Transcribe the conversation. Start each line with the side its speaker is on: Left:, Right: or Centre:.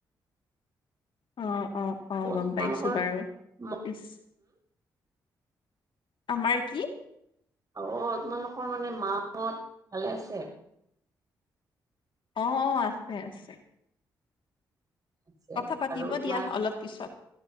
Left: অঁ অঁ অঁ
Right: অ'
Left: গম
Right: তোমালোকৰ
Left: পাইছোঁ বাৰু
Right: হম
Left: পিছ আমাৰ কি
Right: অ তোমালোকৰ মানে মাহত ভালে আছে
Left: অ অ আছে আছে
Right: আছে
Left: কথা পাতিব
Right: আৰু তোমাৰ
Left: দিয়া অলপ পিছত